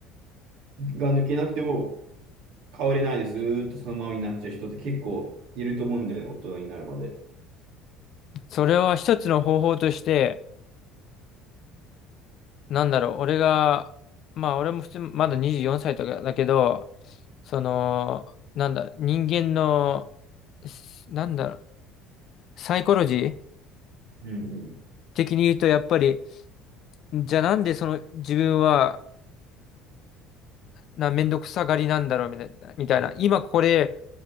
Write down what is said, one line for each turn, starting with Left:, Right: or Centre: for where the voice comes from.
Right: が抜けなくても変われないでずーっとそのままになっちゃう人って結構いると思うんだよね、大人になるまで。
Left: それは一つの方法として、なんだろう、俺が、まあ俺も普通、まだ24歳とかだけど、その、なんだ、人間の、すなんだろう、サイコロジー
Right: うん
Left: 的に言うと、やっぱり、じゃあなんでその自分は、な、めんどくさがりなんだろうみたいな、みたいな。今これ、